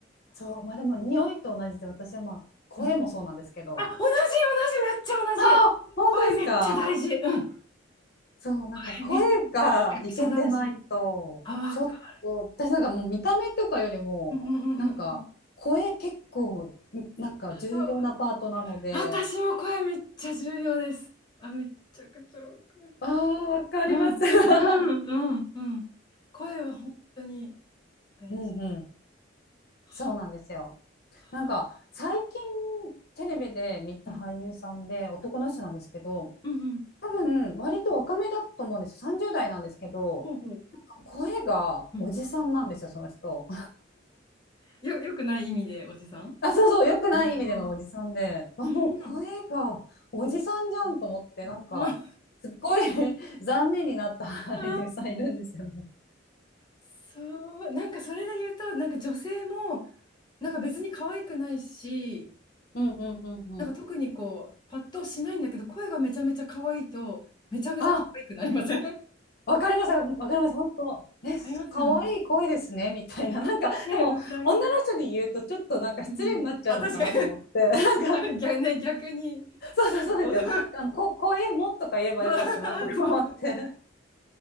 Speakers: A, on the left; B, on the left.
A: はあ、
B: そう、まあでも匂いと同じで私はまあ声もそうなんですけど。
A: うん、あ、同じ、同じ、めっちゃ同じ。
B: ああ、本当ですか。
A: 声めっちゃ大事。うん。
B: そう、なんか声がいけてないと、
A: 声めっちゃ大事。あ、わか
B: ちょっと、私なんかもう見た目とかよりも、
A: る。うんうんうんうん
B: なんか声結構、なんか重要なパートなので、
A: あわ私も声めっちゃ重要です。あ、めっちゃくちゃわかる。
B: ああ、わかります。
A: うん、
B: <laughs>
A: うん、うん、うん。声は本当に大事。
B: うんうん、
A: は
B: そうなんですよ。
A: は
B: なんか最近テレビで見た俳優さんで男の人なんですけど、
A: うん、うん、うん。
B: 多分割と若めだと思うんですよ。
A: うん
B: 30代なんですけど、
A: ほうほう
B: なんか声がおじさんなんですよ、
A: うんうん。
B: その人。
A: よ、よくない意味で、おじさん
B: あ、そうそう、良くない意味でのおじさんで、
A: ああ
B: あ、
A: ー、
B: もう声がおじさんじゃんと思って、
A: うん。
B: なんか、
A: あ
B: すっごい <laughs> 残念になった俳優さんいるんですよね。
A: あ、そう、なんかそれで言うと、なんか女性も、なんか別に可愛くないし、
B: うんうんうんうん。
A: なんか特にこう、パッとしないんだけど、声がめちゃめちゃ可愛いと、めちゃめちゃ可愛くなりません
B: あ、
A: <laughs> ね、
B: わかりました、わかります、本当。え、
A: ありますよね。
B: 可愛い声ですね、みたいな。なんか、
A: ね、
B: でも、
A: 羨ましい。
B: 女の人に言うと、ちょっとなんか失礼になっちゃうのかなと思って、
A: <laughs> うんうんうんあ、確か
B: なんか、
A: に <laughs> 逆、ね、逆に、
B: そうそうそうですよ。
A: そう
B: あの、こ、声もとか言えばよかったなとか思って。
A: そうそう